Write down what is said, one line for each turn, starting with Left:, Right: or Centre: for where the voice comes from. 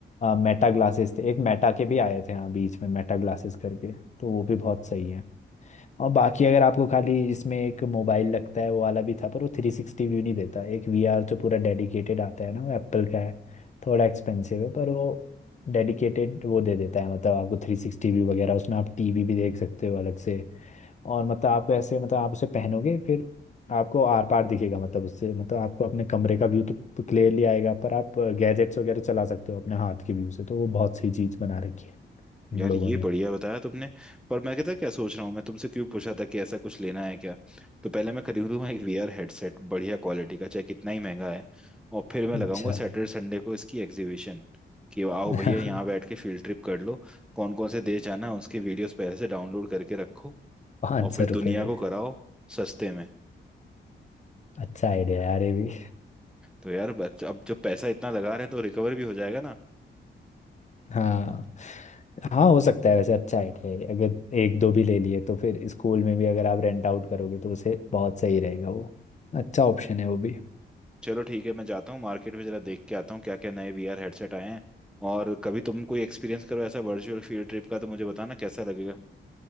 Left: मेटा ग्लासेस थे एक मेटा के भी आए थे हाँ बीच में मेटा ग्लासेस करके तो वो भी बहुत सही है और बाकी अगर आपको खाली इसमें एक मोबाइल लगता है वो वाला भी था पर वो थ्री सिक्सटी व्यू नहीं देता एक वीआर जो पूरा डेडिकेटेड आता है ना वो एप्पल का है थोड़ा एक्सपेंसिव है पर वो डेडिकेटेड वो दे देता है मतलब आपको थ्री सिक्सटी व्यू वगैरह उसमें आप टीवी भी देख सकते हो अलग से और मतलब आप ऐसे मतलब आप उसे पहनोगे फिर आपको आर पार दिखेगा मतलब उससे मतलब आपको अपने कमरे का व्यू तो क्लियरली आएगा पर आप गैजेट्स वगैरह चला सकते हो अपने हाथ के व्यू से तो वो बहुत सही चीज़ बना रखी है इन
Centre: यार
Left: लोगों
Centre: ये
Left: ने
Centre: बढ़िया बताया तुमने पर मैं कहता क्या सोच रहा हूँ मैं तुमसे क्यों पूछा था कि ऐसा कुछ लेना है क्या तो पहले मैं खरीदूंगा एक वीआर हेडसेट बढ़िया क्वालिटी का चाहे कितना ही महंगा है और फिर मैं लगाऊंगा
Left: अच्छा
Centre: सैटरडे संडे को इसकी एग्जीबिशन कि आओ
Left: <laughs>
Centre: भैया यहाँ बैठ के फील्ड ट्रिप कर लो कौन कौन से देश जाना है उसके वीडियोस पहले से डाउनलोड करके रखो
Left: पाँच
Centre: और
Left: सौ
Centre: फिर दुनिया
Left: रुपये में
Centre: को कराओ सस्ते में
Left: अच्छा आइडिया यार ये भी
Centre: तो यार बच- अब जब पैसा इतना लगा रहे हैं तो रिकवर भी हो जाएगा ना
Left: हाँ हाँ हो सकता है वैसे अच्छा आइडिया है अगर एक दो भी ले लिए तो फिर स्कूल में भी अगर आप रेंट आउट करोगे तो उसे बहुत सही रहेगा वो अच्छा ऑप्शन है वो भी
Centre: चलो ठीक है मैं जाता हूँ मार्केट में जरा देख के आता हूँ क्या क्या नए वीआर हेडसेट आए हैं और कभी तुम कोई एक्सपीरियंस करो ऐसा वर्चुअल फील्ड ट्रिप का तो मुझे बताना कैसा लगेगा